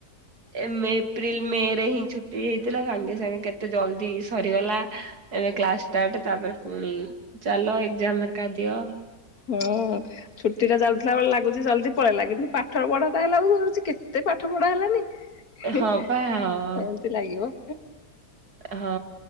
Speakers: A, on the right (about 85°); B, on the left (about 70°).
A: ଏ ଏପ୍ରିଲ ମେ ରେ ହିଁ ଛୁଟି ହେଇଥିଲା ସାଙ୍ଗେ ସାଙ୍ଗେ କେତେ ଜଲଦି ସରିଗଲା। ଏବେ କ୍ଲାସ୍ ସ୍ଟାର୍ଟ ତାପରେ ପୁଣି ଚାଲ ଏଜାମର କା ଦିଅ।
B: ହଁ ଛୁଟି ଟା ଚାଲୁଥିଲା ବେଳେ ଲାଗୁଛି ଜଲଦି ପଳେଇଲା କିନ୍ତୁ ପାଠ ପଢା ଟା ହେଲା ଶୁଛି କେତେ? ପାଠ ପଢା ହେଲାନି ଏମିତି
A: ହଁ ପା ହଁ
B: ଲାଗିବ।
A: ହଁ